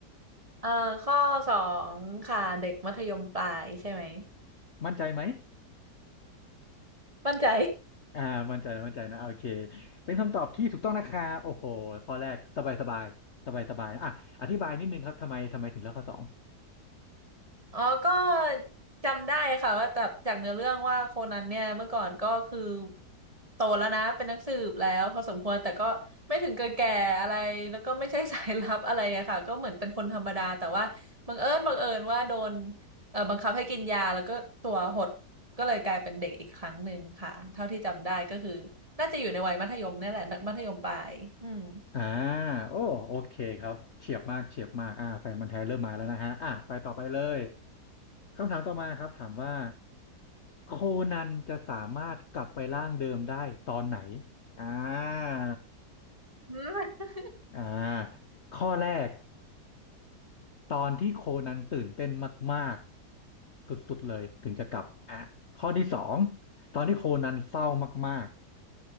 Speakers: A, on the right; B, on the left.
A: เอ่อข้อสองค่ะเด็กมัธยมปลายใช่ไหม
B: มั่นใจไหม
A: มั่นใจ
B: อ่ามั่นใจมั่นใจนะโอเคเป็นคำตอบที่ถูกต้องนะครับโอ้โหข้อแรกสบายสบายสบายสบายอ่ะอธิบายนิดนึงครับทำไมทำไมถึงเลือกข้อสอง
A: อ๋อก็จำได้ค่ะว่าจากจากเนื้อเรื่องว่าโคนันเนี่ยเมื่อก่อนก็คือโตแล้วนะเป็นนักสืบแล้วพอสมควรแต่ก็ไม่ถึงกับแก่อะไรแล้วก็ไม่ใช่สายลับ <laughs> อะไรอะค่ะก็เหมือนเป็นคนธรรมดาแต่ว่าบังเอิญบังเอิญว่าโดนเอ่อบังคับให้กินยาแล้วก็ตัวหดก็เลยกลายเป็นเด็กอีกครั้งหนึ่งค่ะเท่าที่จำได้ก็คือน่าจะอยู่ในวัยมัธยมเนี่ยแหละมัธยมปลายอืม
B: อ่าโอ้โอเคครับเฉียบมากเฉียบมากอ่าแฟนมันธุ์แท้เริ่มมาแล้วนะฮะอ่ะไปต่อไปเลยคำถามต่อมาครับถามว่าโคนันจะสามารถกลับไปร่างเดิมได้ตอนไหนอ่า
A: อืม
B: อ่าข้อแรกตอนที่โคนันตื่นเต้นมากๆสุดๆเลยถึงจะกลับอ่ะข้อที่สองตอนที่โคนันเศร้ามาก